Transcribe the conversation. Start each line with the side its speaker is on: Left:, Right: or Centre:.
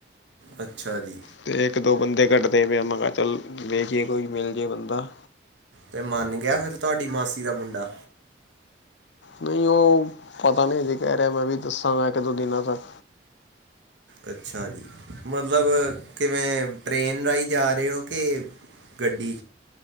Right: ਅੱਛਾ ਜੀ।
Left: ਅਤੇ ਇੱਕ- ਦੋ ਬੰਦੇ ਕੱਢਦੇ ਪਏ, ਮੈਂ ਕਿਹਾ, ਚੱਲ ਵੇਖਏ ਕੋਈ ਮਿਲ ਜੇ ਬੰਦਾ।
Right: ਤੇ ਮੰਨ ਗਿਆ ਫਿਰ ਤੁਹਾਡੀ ਮਾਸੀ ਦਾ ਮੁੰਡਾ।
Left: ਨਹੀਂ ਉਹ, ਪਤਾ ਨਹੀਂ ਅਜੇ ਕਹਿ ਰਿਹਾ, ਮੈਂ ਵੀ ਦੱਸਾਂਗਾ ਇੱਕ- ਦੋ ਦਿਨਾਂ ਤੱਕ।
Right: ਅੱਛਾ ਜੀ। ਮਤਲਬ ਕਿਵੇਂ, ਟ੍ਰੇਨ ਰਾਹੀਂ ਜਾ ਰਹੇ ਹੋ ਕਿ ਗੱਡੀ।